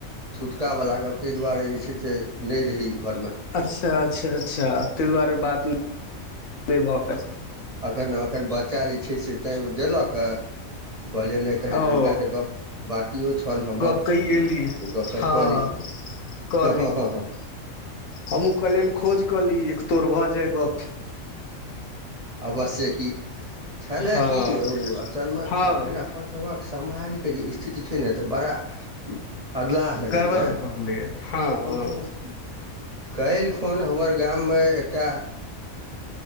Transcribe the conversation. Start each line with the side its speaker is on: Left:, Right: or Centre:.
Right: छुटकावला गप ताहि दुआरे जे छै से नहि रही ई घरमे।
Left: अच्छा अच्छा अच्छा तहि दुआरे बात नहि भऽ पैल।
Right: एखन एखन बच्चा जे छै से तैँ देलक ह तऽ कहलियै नहि।
Left: पायल
Right: तखन
Left: ओ
Right: तऽ हिनकासँ गप्प बाकिओ छल हमर
Left: गप
Right: कनि
Left: कहि एली
Right: गपशप
Left: हँ
Right: कऽ ली।
Left: कहली
Right: हं हं‌ हं हं।
Left: हमहूँ कहलियैन खोज कऽ ली एक तोर भऽ जाय गप।
Right: अवश्य की छलै
Left: हँ
Right: कि यौ असलमे
Left: हँ
Right: एखन अपन। सभक समाजके जे स्थिति छै ने से बड़ा। अदलाह लगैया।
Left: गड़बड़ भऽ गेलै हँ
Right: काल्हि
Left: हँ
Right: खन हमर गाममे एकटा।